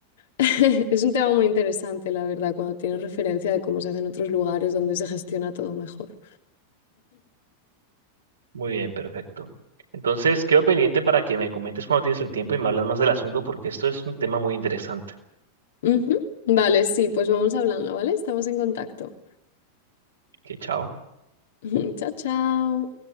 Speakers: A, on the left; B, on the right.
A: <laughs> Es un tema muy interesante, la verdad, cuando tienes referencia de cómo se hace en otros lugares donde se gestiona todo mejor.
B: muy bien, perfecto. Entonces, quedo pendiente para que me comentes cuando tienes el tiempo y me hablas más del asunto porque esto es un tema muy interesante.
A: Ujú. Vale, sí, pues vamos hablando, ¿vale? Estamos en contacto.
B: Que chao.
A: <laughs> Chao, chao.